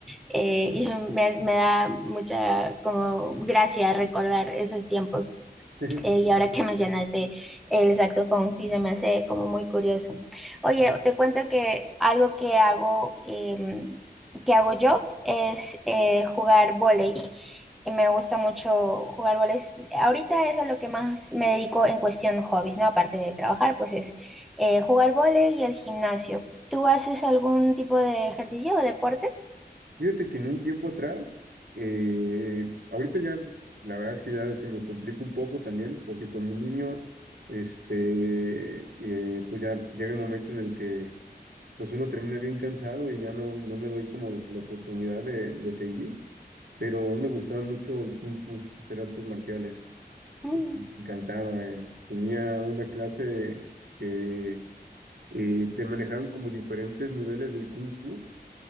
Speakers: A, in the centre; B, on the right (about 65°).
A: eh, y me, me da mucha como gracia recordar esos tiempos.
B: <laughs>
A: Eh, y ahora que mencionaste el saxofón, sí, se me hace como muy curioso. Oye, te cuento que algo que hago, em, que hago yo es eh, jugar vóley. Y me gusta mucho jugar vóley. Es- Ahorita es a lo que más me dedico en cuestión hobbies, ¿no? Aparte de trabajar, pues es eh, jugar vóley y el gimnasio. ¿Tú haces algún tipo de ejercicio o deporte?
B: Fíjate que en un tiempo atrás, eh, ahorita ya, la verdad es que ya se me complica un poco también, porque con mi niño, este, eh, pues ya llega el momento en el que pues uno termina bien cansado y ya no, no me doy como la, la oportunidad de, de seguir, pero me gustaba mucho el Kung Fu, hacer artes marciales,
A: Mm,
B: me encantaba, eh. Tenía una clase que eh, te manejaban como diferentes niveles del Kung Fu